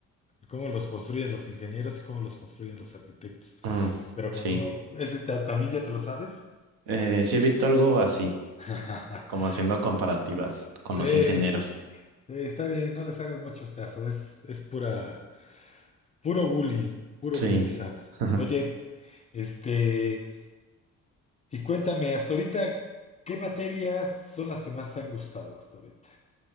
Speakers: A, on the left; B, on the right.
A: Cómo los construyen los ingenieros y cómo los construyen los arquitectos.
B: Mm,
A: Pero como
B: sí.
A: no, ese ta- también ya te lo sabes.
B: Eh, sí he visto algo así,
A: <laughs>
B: como haciendo comparativas con
A: Sí,
B: los
A: eh,
B: ingenieros.
A: está bien, no les hagas muchos casos, es, es pura, puro bully, puro
B: Sí.
A: bully sano.
B: <laughs>
A: Oye, este, Y cuéntame, hasta ahorita, ¿qué materias son las que más te han gustado hasta ahorita?